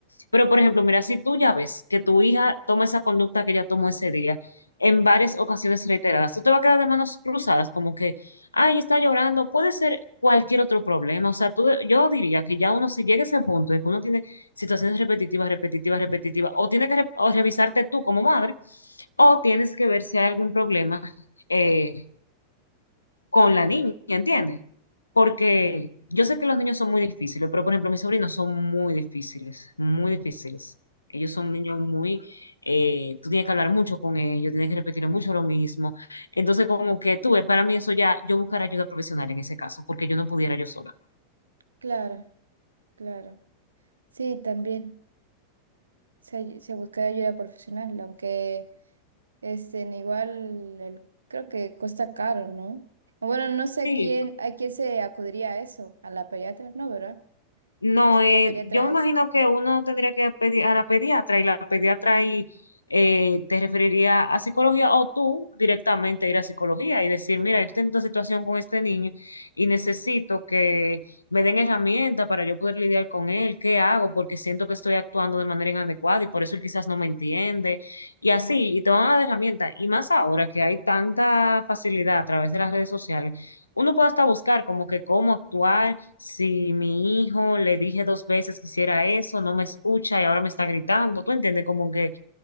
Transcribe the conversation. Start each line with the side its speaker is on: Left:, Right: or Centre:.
Left: Pero, por ejemplo, mira, si tú ya ves que tu hija toma esa conducta que ella tomó ese día en varias ocasiones reiteradas, tú te vas a quedar de manos cruzadas, como que ay, está llorando, puede ser cualquier otro problema. O sea, tú, yo diría que ya uno, si llega a ese punto de que uno tiene situaciones repetitivas, repetitivas, repetitivas, o tienes que re- o revisarte tú como madre, o tienes que ver si hay algún problema. eh, con la niña, ¿entiendes? Porque yo sé que los niños son muy difíciles, pero por ejemplo, mis sobrinos son muy difíciles, muy difíciles. Ellos son niños muy, eh, tú tienes que hablar mucho con ellos, tienes que repetir mucho lo mismo. Entonces, como que tuve, para mí eso ya, yo buscar ayuda profesional en ese caso, porque yo no pudiera yo sola.
Right: Claro, claro. Sí, también. Se, ay- se busca ayuda profesional, aunque... Este, en igual el- creo que cuesta caro, ¿no? Bueno, no sé
Left: Sí,
Right: a quién, a quién se acudiría a eso, a la pediatra, no, ¿verdad?
Left: No,
Right: No, no sería
Left: eh,
Right: pediatra
Left: yo me imagino
Right: ese.
Left: que uno tendría que pedir a la pediatra y la pediatra ahí eh, te referiría a psicología o tú directamente ir a psicología y decir, mira, yo tengo esta situación con este niño y necesito que me den herramientas para yo poder lidiar con él, ¿qué hago? Porque siento que estoy actuando de manera inadecuada y por eso él quizás no me entiende y así, y te van a dar herramientas. Y más ahora que hay tanta facilidad a través de las redes sociales uno puede hasta buscar como que cómo actuar si mi hijo le dije dos veces que hiciera eso, no me escucha y ahora me está gritando. ¿Tú entiendes? Como que